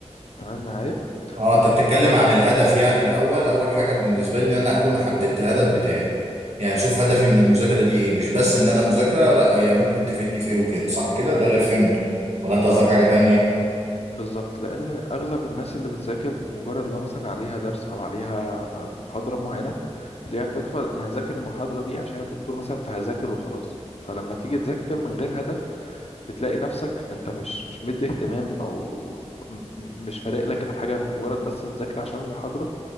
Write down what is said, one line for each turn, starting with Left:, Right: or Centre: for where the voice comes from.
Left: تمام معايا
Right: اه انت بتتكلم
Left: من بعد
Right: عن الهدف يعني الاول اول حاجه بالنسبه لي ان انا اكون حددت الهدف بتاعي يعني اشوف هدفي من المذاكره دي ايه مش بس ان انا مذاكره لا هي ممكن تفيدني في ايه وكده صح كده ده اللي فهمته ولا انت قصدك
Left: اه
Right: حاجه
Left: بالظبط
Right: تانية
Left: بالظبط لان اغلب الناس اللي بتذاكر بمجرد لو مثلا عليها درس او عليها محاضره معينه تلاقيها بتدخل انا هذاكر المحاضره دي عشان الدكتور مثلا فهذاكر وخلاص فلما تيجي تذاكر من غير هدف بتلاقي نفسك انت مش مش مدي اهتمام او م- م- مش فارق لك الحاجة انت مجرد بس بتذاكر عشان المحاضرة